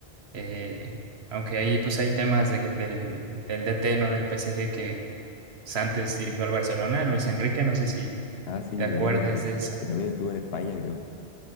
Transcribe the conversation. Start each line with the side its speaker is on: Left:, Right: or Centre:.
Right: Eh, aunque ahí pues hay temas de- del, del DT, ¿no? Del PSG que pues, antes dirigió al Barcelona, Luis Enrique, no sé si
Left: Ah, sí,
Right: te
Left: lo
Right: acuerdas
Left: digo, eh,
Right: de esa.
Left: es que también estuvo en España, creo.